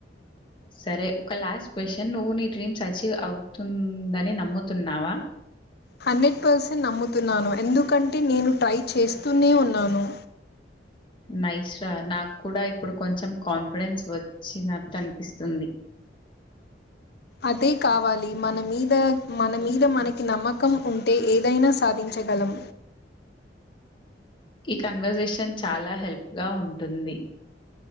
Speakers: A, on the left; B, on the left.
A: సరే ఒక లాస్ట్ క్వశ్చన్ నువ్వు నీ డ్రీమ్స్ అచీవ్ అవుతుందని నమ్ముతున్నావా
B: హండ్రెడ్ పర్సెంట్ నమ్ముతున్నాను ఎందుకంటే నేను ట్రై చేస్తూనే ఉన్నాను
A: నైస్ రా నాకు కూడా ఇప్పుడు కొంచెం కాన్ఫిడెన్స్ వచ్చినట్టు అన్పిస్తుంది
B: అదే కావాలి మన మీద మన మీద మనకి నమ్మకం ఉంటే ఏదైనా సాధించగలం
A: ఈ కన్వర్సేషన్ చాలా హెల్ప్ గా ఉంటుంది